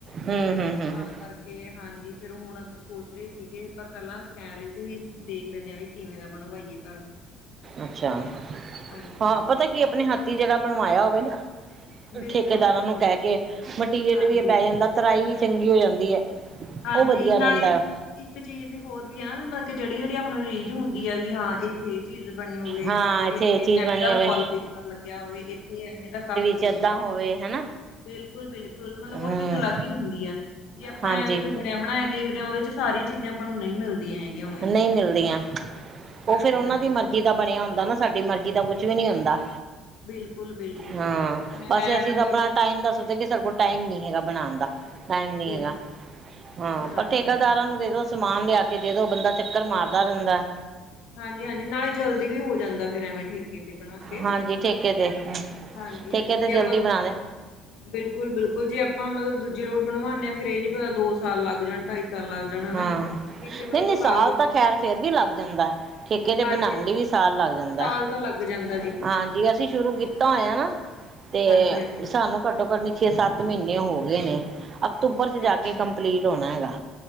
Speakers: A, on the right; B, on the left.
A: ਹੂੰ
B: ਤੇ
A: ਹੂੰ ਹੂੰ
B: ਤਾਂ
A: ਹੂੰ
B: ਕਰਕੇ ਹਾਂਜੀ ਫਿਰ ਹੁਣ ਸੋਚ ਰਹੇ ਸੀਗੇ ਪਰ ਪਹਿਲਾਂ ਕਹਿ ਰਹੇ ਸੀ ਵੀ ਦੇਖ ਲੈਂਨੇ ਆ ਵੀ ਕਿਵੇਂ ਦਾ ਬਣਵਾਈਏ ਘਰ
A: ਅੱਛਾ <inaudible>
B: ਹਾਂਜੀ
A: ਹਾਂ
B: ਹਾਂਜੀ
A: ਪਤਾ ਕੀ ਜਿਹੜਾ ਆਪਣੇ ਹੱਥੀ ਜਿਹੜਾ ਬਣਵਾਇਆ ਹੋਵੇ ਨਾ
B: ਬਿਲਕੁਲ
A: ਠੇਕੇਦਾਰਾਂ
B: ਬਿਲਕੁਲ
A: ਨੂੰ ਕਹਿ ਕੇ ਮਟੀਰੀਅਲ
B: ਹਾਂਜੀ
A: ਵੀ ਇਹ ਪੈ ਜਾਂਦਾ ਤਰਾਈ ਵੀ ਚੰਗੀ ਹੋ ਜਾਂਦੀ ਹੈ
B: ਹਾਂਜੀ
A: ਉਹ ਵਧੀਆ
B: ਨਾਲੇ।
A: ਰਹਿੰਦਾ
B: ਇੱਕ ਚੀਜ਼ ਹੋਰ ਵੀ ਹੈ ਨਾ ਵੀ ਮੈਂ ਕਿਹਾ ਜਿਹੜੀ -ਜਿਹੜੀ ਆਪਣੇ ਰੀਝ ਹੁੰਦੀ ਆ ਵੀ ਹਾਂ ਇੱਥੇ ਇਹ ਚੀਜ਼ ਬਣੀ ਹੋਵੇ,
A: ਹਾਂ
B: ਇੱਥੇ
A: ਇਹ ਚੀਜ਼
B: ਐਵੇਂ
A: ਬਣੀ
B: ਦਾ
A: ਹੋਵੇ
B: ਵਾਲ ਪੇਪਰ ਲੱਗਿਆ ਹੋਵੇ, ਇੱਥੇ ਐਵੇਂ ਦਾ ਕੱਪ ਬੋਰਡ
A: ਤੇ ਐਦਾਂ ਹੋਵੇ ਹਨਾ
B: ਬਿਲਕੁਲ- ਬਿਲਕੁਲ ਮਤਲਬ
A: ਹੂੰ
B: ਉਹ ਚੀਜ਼ ਅਲੱਗ ਹੀ ਹੁੰਦੀ ਆ ਜੇ ਆਪਾਂ
A: ਹਾਂਜੀ
B: ਐਵੇਂ ਕੋਈ ਜੇ ਬਣਿਆ ਬਣਾਇਆ ਦੇਖਦੇ ਆ ਉਹਦੇ ਚ ਸਾਰੀਆਂ ਚੀਜ਼ਾਂ ਆਪਾਂ ਨੂੰ ਨਹੀਂ ਮਿਲਦੀਆਂ ਹੈਗੀਆਂ ਉਵੇਂ
A: ਨਹੀਂ ਮਿਲਦੀਆਂ ਉਹ
B: ਹਾਂਜੀ
A: ਫਿਰ ਉਹਨਾਂ
B: ਹਾਂਜੀ
A: ਦੀ ਮਰਜ਼ ਮਿੱਟੀ ਬਣਿਆ ਹੁੰਦਾ ਨਾ ਸਾਡੀ ਮਰਜ਼ੀ ਦਾ ਕੁਛ ਵੀ ਨਹੀਂ ਹੁੰਦਾ।
B: ਬਿਲਕੁਲ ਬਿਲਕੁਲ
A: ਹਾਂ,
B: ਮੈਂ
A: ਬੱਸ ਅਸੀਂ
B: ਮਤਲਬ
A: ਤਾਂ ਆਪਣਾ ਟਾਇਮ ਦੱਸਦੇ ਕਿ ਸਾਡੇ ਕੋਲ ਟਾਇਮ ਨੀ ਹੈਗਾ ਬਣਾਣ ਦਾ ਟਾਈਮ ਨੀ
B: ਬਿਲਕੁਲ
A: ਹੈਗਾ ਹਾਂ
B: ਹਾਂਜੀ
A: ਪਰ ਠੇਕੇਦਾਰਾਂ
B: ਹਾਂਜੀ
A: ਨੂੰ ਦੇ ਦੋ ਸਮਾਨ ਲਿਆ ਕੇ ਦੇ ਦੋ ਬੰਦਾ ਚੱਕਰ ਮਾਰਦਾ
B: ਬਿਲਕੁੱਲ,
A: ਰਹਿੰਦਾ।
B: ਹਾਂਜੀ-ਹਾਂਜੀ ਨਾਲੇ ਜਲਦੀ ਵੀ ਹੋ ਜਾਂਦਾ ਫਿਰ ਐਵੇਂ ਠੀਕ ਤੇ ਬਣਾ ਕੇ,
A: ਹਾਂਜੀ ਠੇਕੇ ਤੇ
B: ਹਾਂਜੀ-ਹਾਂਜੀ
A: ਠੇਕੇ ਤੇ
B: ਜੇ
A: ਜਲਦੀ
B: ਆਪਾਂ
A: ਬਣਾ ਦੇ
B: ਬਿਲਕੁੱਲ-ਬਿਲਕੁੱਲ ਜੇ ਆਪਾਂ ਮਤਲਬ ਦੂਜੇ ਲੋਟ ਬਣਵਾਉਦੇ ਆ ਫਿਰ ਇਹ ਨੀ ਪਤਾ ਦੋ ਸਾਲ ਲੱਗ ਜਾਣ ਢਾਈ ਸਾਲ ਲੱਗ ਜਾਣ ਹਨਾ।
A: ਹਾਂ,
B: ਇੱਥੇ ਮਤਲਬ
A: ਨਹੀ-ਨਹੀ ਸਾਲ
B: ਦੇ
A: ਤਾਂ ਖੈਰ ਫੇਰ ਵੀ ਲੱਗ ਜਾਂਦਾ ਠੇਕੇ ਤੇ
B: ਹਾਂਜੀ-ਹਾਂਜੀ
A: ਬਣਾਉਣ ਲਈ ਵੀ ਸਾਲ ਲੱਗ ਜਾਂਦਾ।
B: ਸਾਲ ਤਾਂ ਲੱਗ ਜਾਂਦਾ
A: ਹਾਂਜੀ, ਅਸੀਂ ਸ਼ੁਰੂ ਕੀਤਾ ਹੋਇਆ ਨਾ ਤੇ
B: ਹਾਂਜੀ-ਹਾਂਜੀ
A: ਸਾਨੂੰ ਕੱਟ ਘੱਟੋ-ਘੱਟ ਨੀ ਛੇ, ਸੱਤ ਮਹੀਨੇ ਹੋ ਗਏ ਨੇ, ਅਕਤੂਬਰ
B: ਓਕੇ-ਓਕੇ
A: ਚ ਜਾ ਕੇ ਕੰਪਲੀਟ ਹੋਣਾ ਹੈਗਾ।